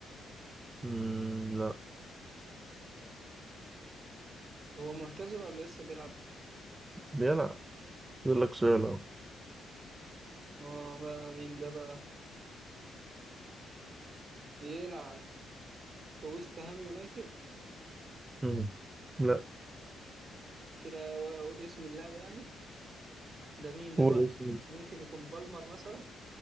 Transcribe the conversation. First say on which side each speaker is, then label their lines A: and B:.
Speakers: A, on the right; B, on the right.
A: مم، لا
B: هو معتزل ولا لسه بيلعب؟
A: بيلعب دولك سؤال أهو
B: اه بقى مين ده بقى؟ بيلعب في ويست هام يونايتد
A: مم. لا
B: كده اقول اسم اللاعب يعني ده مين ده
A: قول
B: بقى؟
A: اسمه
B: ممكن يكون بالمر مثلا؟